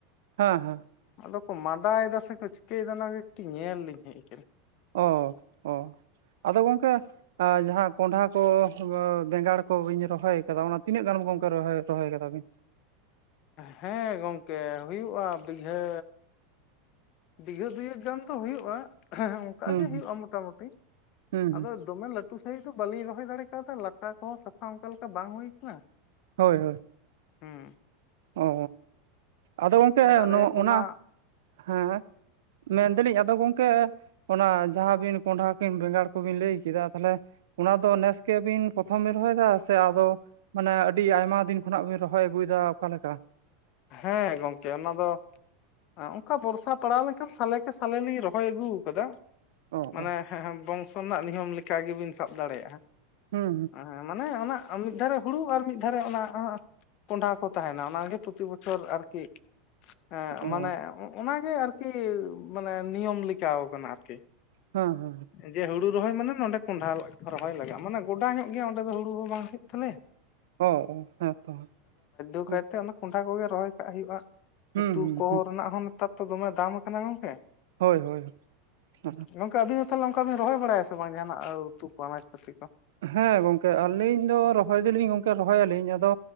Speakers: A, on the right (about 80°); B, on the left (about 45°).
A: ᱦᱮᱸ ᱦᱮᱸ᱾
B: ᱟᱫᱚ ᱠᱚ ᱢᱟᱰᱟᱭ ᱫᱟ ᱥᱮ ᱠᱚ ᱪᱤᱠᱟᱹᱭᱫᱟ ᱚᱱᱟᱜᱮ ᱠᱟᱹᱴᱤᱡ ᱧᱮᱞ ᱞᱤᱧ ᱦᱮᱡ ᱠᱟᱱᱟ᱾
A: ᱚ ᱚ ᱟᱫᱚ ᱜᱚᱝᱠᱮ ᱟ ᱡᱟᱦᱟᱸ ᱠᱚᱸᱰᱷᱟ ᱠᱚ ᱵᱮᱸᱜᱟᱲ ᱠᱚ ᱵᱤᱱ ᱨᱚᱦᱚᱭ ᱠᱟᱫᱟ ᱚᱱᱟ ᱛᱤᱱᱟᱹᱜ ᱜᱟᱱ ᱜᱚᱢᱠᱮ ᱨᱚᱦᱚᱭ ᱨᱚᱦᱚᱭ ᱠᱟᱫᱟ ᱵᱤᱱ?
B: ᱦᱮᱸ ᱜᱚᱢᱠᱮ ᱦᱩᱭᱩᱜᱼᱟ ᱵᱤᱜᱷᱟᱹ ᱵᱤᱜᱷᱟᱹ ᱫᱩᱭ ᱮᱠ ᱜᱟᱱ ᱫᱚ ᱦᱩᱭᱩᱜᱼᱟ, ᱦᱮᱸ ᱦᱮᱸ ᱚᱱᱠᱟᱜ
A: ᱦᱩᱸ
B: ᱜᱮ ᱦᱩᱭᱩᱜᱼᱟ
A: ᱦᱩᱸ
B: ᱢᱚᱴᱟᱢᱩᱴᱤ
A: ᱦᱩᱸ
B: ᱟᱫᱚ ᱫᱚᱢᱮ ᱞᱟᱹᱴᱩ ᱥᱟᱺᱦᱤᱡ ᱫᱚ ᱵᱟᱹᱞᱤᱧ ᱨᱚᱦᱚᱭ ᱫᱟᱲᱮ ᱟᱠᱟᱫᱟ ᱞᱟᱴᱟ ᱠᱚᱦᱚᱸ ᱥᱟᱯᱷᱟ ᱚᱱᱠᱟ ᱞᱮᱠᱟ ᱵᱟᱝ ᱦᱩᱭ ᱠᱟᱱᱟ ᱾
A: ᱦᱳᱭ ᱦᱳᱭ ᱾
B: ᱦᱮᱸ
A: ᱚ ᱟᱫᱚ ᱜᱚᱢᱠᱮ
B: ᱫᱟᱨᱮ
A: ᱱᱚ
B: ᱠᱚᱢᱟ
A: ᱚᱱᱟ ᱦᱮᱸ ᱢᱮᱱᱫᱟᱞᱤᱧ ᱟᱫᱚ ᱜᱚᱝᱠᱮ ᱚᱱᱟ ᱡᱟᱦᱟᱸ ᱵᱤᱱ ᱠᱚᱸᱰᱷᱟ ᱠᱤᱱ ᱵᱮᱸᱜᱟᱲ ᱠᱚᱵᱤᱱ ᱞᱟᱹᱭ ᱠᱮᱫᱟ ᱛᱟᱦᱚᱞᱮ ᱚᱱᱟ ᱫᱚ ᱱᱮᱥ ᱜᱮᱵᱤᱱ ᱯᱨᱚᱛᱷᱚᱢ ᱵᱤᱱ ᱨᱚᱦᱚᱭᱮᱫᱟ ᱥᱮ ᱟᱫᱚ ᱢᱟᱱᱮ ᱟᱹᱰᱤ ᱟᱭᱢᱟ ᱫᱤᱱ ᱠᱷᱚᱱᱟᱜ ᱵᱤᱱ ᱨᱚᱦᱚᱭ ᱟᱹᱜᱩᱭᱮᱫᱟ ᱚᱠᱟᱞᱮᱠᱟ?
B: ᱦᱮᱸ ᱜᱚᱝᱠᱮ ᱚᱱᱟ ᱫᱚ ᱚᱱᱠᱟ ᱵᱚᱨᱥᱟ ᱯᱟᱲᱟᱣ ᱞᱮᱱᱠᱷᱟᱱ ᱥᱟᱞᱮ ᱠᱮ ᱥᱟᱞᱮ ᱞᱤᱧ ᱨᱚᱦᱚᱭ ᱟᱹᱜᱩ ᱟᱠᱟᱫᱟ ᱾
A: ᱚ
B: ᱢᱟᱱᱮ
A: ᱚ
B: ᱦᱮᱸ ᱵᱚᱝᱥᱚ ᱨᱮᱱᱟᱜ ᱱᱤᱭᱚᱢ ᱞᱮᱠᱟ ᱜᱮᱵᱤᱱ ᱥᱟᱵ ᱫᱟᱲᱮᱭᱟᱜᱼᱟ ᱾
A: ᱦᱩᱸ ᱦᱩᱸ
B: ᱦᱮᱸ ᱢᱟᱱᱮ ᱚᱱᱟ ᱢᱤᱫ ᱫᱷᱟᱨᱮ ᱦᱳᱲᱳ ᱟᱨ ᱢᱤᱫ ᱫᱷᱟᱨᱮ ᱚᱱᱟ ᱠᱚᱸᱰᱷᱟ ᱾ ᱠᱚ ᱛᱟᱦᱮᱱᱟ ᱚᱱᱟᱜᱮ ᱯᱨᱚᱛᱤ ᱵᱚᱪᱷᱚᱨ ᱟᱨᱠᱤ ᱮᱻ
A: ᱚ
B: ᱢᱟᱱᱮ ᱚᱱᱟᱜᱮ ᱟᱨᱠᱤ ᱢᱟᱱᱮ ᱱᱤᱭᱚᱢ ᱞᱮᱠᱟᱣᱟᱠᱟᱱᱟ ᱟᱨᱠᱤ ᱾
A: ᱦᱮᱸ ᱦᱮᱸ ᱦᱮᱸ ᱾
B: ᱡᱮ ᱦᱳᱲᱳ ᱨᱚᱦᱚᱭ ᱢᱟᱱᱮ ᱱᱚᱸᱰᱮ ᱠᱚᱸᱰᱷᱟ ᱨᱚᱦᱚᱭ ᱞᱟᱜᱟᱜᱼᱟ ᱢᱟᱱᱮ ᱜᱚᱰᱟ ᱧᱚᱜ ᱜᱮᱭᱟ ᱚᱸᱰᱮ ᱫᱚ ᱦᱳᱰᱳ ᱦᱚᱸ ᱵᱟᱝ ᱦᱩᱭᱩᱜ ᱛᱟᱞᱮᱭᱟ ᱾
A: ᱚ ᱚ ᱦᱮᱸ ᱛᱚ ᱾
B: ᱩᱛᱩ ᱠᱟᱭᱛᱮ ᱚᱱᱟ ᱠᱚᱸᱰᱷᱟ ᱠᱚᱜᱮ ᱨᱚᱦᱚᱭ ᱠᱟᱜ ᱦᱩᱭᱩᱜᱼᱟ
A: ᱦᱩᱸ
B: ᱩᱛᱩ ᱠᱚ
A: ᱦᱩᱸ
B: ᱨᱮᱱᱟᱜ ᱦᱚᱸ ᱱᱮᱛᱟᱨ ᱛᱚ ᱫᱚᱢᱮ ᱫᱟᱢ ᱟᱠᱟᱱᱟ ᱜᱚᱝᱠᱮ ᱾
A: ᱦᱳᱭ ᱦᱳᱭ <unintelligible>
B: ᱜᱚᱝᱠᱮ ᱟᱹᱵᱤᱱ ᱫᱚ ᱛᱟᱦᱚᱞᱮ ᱚᱱᱠᱟ ᱵᱤᱱ ᱨᱚᱦᱚᱭ ᱵᱟᱲᱟᱭᱟ ᱥᱮ ᱵᱟᱝ ᱡᱟᱦᱟᱸᱱᱟᱜ ᱩᱛᱩ ᱠᱚ ᱟᱱᱟᱡᱯᱟᱹᱛᱤ ᱠᱚ?
A: ᱦᱮᱸ ᱜᱚᱝᱠᱮ ᱟᱹᱞᱤᱧ ᱫᱚ ᱨᱚᱦᱚᱭ ᱫᱚᱞᱤᱧ ᱜᱚᱝᱠᱮ ᱨᱚᱦᱚᱭᱟᱞᱤᱧ ᱟᱫᱚ